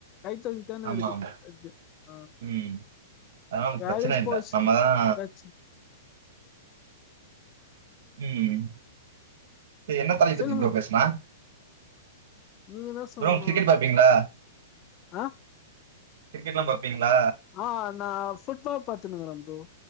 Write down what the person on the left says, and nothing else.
கைத்தொழில் மாதான
இருக்குது
ஆ
வேலயாச்சு
போய்ச்சுனா
ப்ரச்
சொல்லுங்க
நீங்கதா சொல்னு
ஆ
ஆ நா ஃபுட்பால் பாத்துனுருக்க ப்ரோ